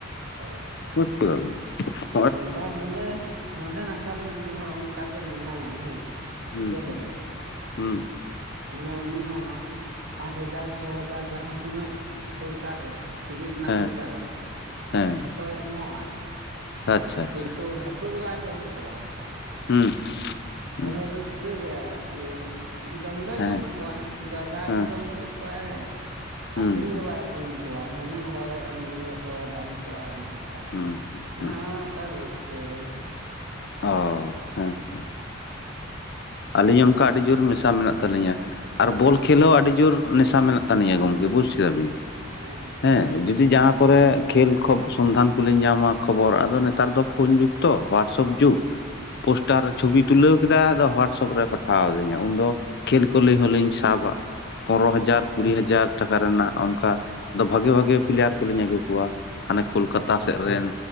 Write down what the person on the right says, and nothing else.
ᱚ <unintelligible>
ᱦᱮᱸ ᱵᱟ ᱱᱚᱸᱰᱮ ᱱᱚᱰᱮ ᱠᱷᱟᱱ ᱢᱤᱫᱦᱚᱲ ᱚᱱᱠᱟ ᱜᱮ ᱢᱮᱱᱟᱭᱟ ᱦᱮᱸ
ᱟᱡᱸᱡᱚᱢᱫᱟᱵᱤᱱ
ᱢᱟᱱᱮ ᱩᱱᱤ ᱦᱚᱸ ᱯᱟᱸᱪ ᱦᱟᱡᱟᱨ ᱪᱷᱚ ᱦᱟᱡᱟᱨ ᱡᱟᱦᱟᱸ ᱛᱤᱱᱟᱹᱜ ᱯᱚᱭᱥᱟ ᱜᱮ ᱴᱤᱠᱤᱴ ᱨᱮᱱᱟᱜ
ᱯᱚᱭᱥᱟ ᱜᱮ
ᱡᱷᱚᱛᱚᱭ ᱮᱢᱚᱜᱼ ᱟᱭ
ᱟᱨ
ᱠᱤᱱᱛᱩ ᱦᱟᱹᱠᱩ ᱫᱚ ᱵᱟᱭ ᱡᱚᱢ ᱠᱚᱣᱟ᱾
ᱚᱱᱮ ᱨᱟᱹᱥᱠᱟᱹᱜ ᱜᱮ ᱟᱨᱠᱤ ᱡᱚᱢ ᱫᱚᱭ
ᱡᱚᱢ ᱠᱚᱣᱟ ᱡᱟᱫᱟᱜᱮ
ᱡᱚᱢ ᱠᱮᱫ ᱠᱚᱣᱟ ᱠᱚ ᱦᱮᱸ
ᱟᱹᱠᱷᱨᱤᱧ ᱫᱚ ᱵᱟᱭ ᱟᱹᱠᱷ ᱨᱤᱧ ᱠᱚᱣᱟᱭ ᱦᱟᱹᱱᱤ ᱦᱚᱲᱮ ᱮᱢ ᱜᱤᱰᱤᱭᱟᱠᱚᱣ ᱫᱟᱱ ᱠᱚᱣᱟᱭ ᱚᱱᱮ ᱚᱱᱠᱟ
ᱠᱟ
ᱚᱱᱟᱢᱟ ᱢᱤᱫᱴᱟᱝ ᱨᱟᱹᱥᱠᱟᱹ ᱦᱳᱭ ᱥᱮ
ᱦᱮᱸ ᱦᱩᱸ ᱦᱩᱸ
ᱦᱮᱸ ᱦᱮᱸ
ᱟᱪᱪᱷᱟ
ᱟᱪᱪᱷᱟ
ᱚ